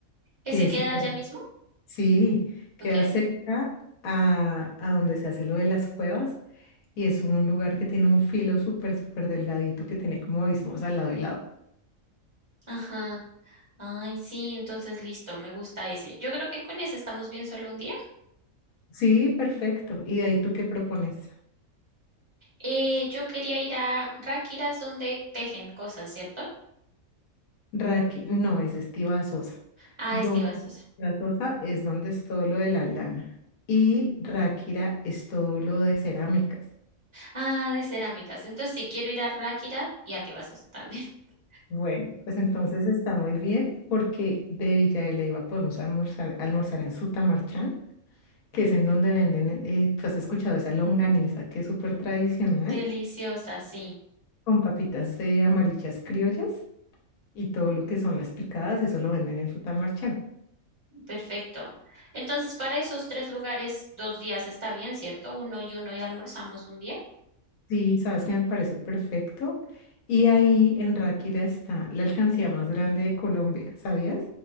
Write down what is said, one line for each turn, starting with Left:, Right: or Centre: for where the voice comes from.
Right: ¿Ese
Left: Que es
Right: queda
Left: súper,
Right: allá mismo?
Left: sí, queda
Right: Ok.
Left: cerca a, a donde se hace lo de las cuevas y es un lugar que tiene un filo súper, súper delgadito que tiene como abismos al lado y lado.
Right: Ajá. Ay, sí, entonces listo, me gusta ese. Yo creo que con ese estamos bien solo un día.
Left: Sí, perfecto. ¿Y de ahí tú qué propones?
Right: Eh, yo quería ir a Ráquiras donde tejen cosas, ¿cierto?
Left: Raqui, no, es Estiva Sosa.
Right: Ah,
Left: Don
Right: es Tibasosa.
Left: Estiva Sosa es donde es todo lo de la lana y Ráquira es todo lo de cerámicas.
Right: Ah, de cerámicas. Entonces sí, quiero ir a Ráquira y a Tibasosa también. <laughs>
Left: Bueno, pues entonces está muy bien porque de Villa de Leyva podemos almorzar, almorzar en Sutamarchán, que es en donde venden, eh, tú has escuchado esa longaniza que es súper tradicional,
Right: Deliciosa, sí.
Left: con papitas eh, amarillas criollas y todo lo que son las picadas, eso lo venden en Sutamarchán.
Right: Perfecto. Entonces, para esos tres lugares, dos días está bien, ¿cierto? Uno y uno y almorzamos un día.
Left: Sí, sabes que me parece perfecto. Y ahí en Ráquira está la alcancía más grande de Colombia, ¿sabías?